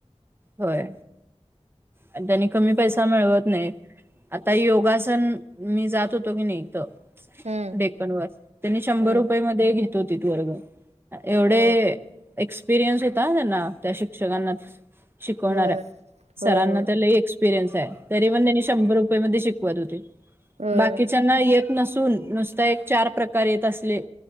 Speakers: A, on the right; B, on the right.
A: होय आणि त्यांनी कमी पैसा मिळवत नाही. आता योगासन मी जात होतो की नाही त
B: हम्म
A: डेकन वर त्यांनी शंभर
B: हम्म
A: रुपये मध्ये घेत होतीत वर्ग. एवढे
B: अ
A: एक्सपिरियन्स होता हा त्यांना त्या शिक्षकांना. शिकवणाऱ्या
B: होय,
A: सरांना
B: होय, होय,
A: तर लै एक्स पिरियन्स ये तरी पण तेनी शंभर रूपयमधे शिकवत होते
B: होय.
A: बाकीच्यांना येत नसून नुसता एक चार प्रकार येत असले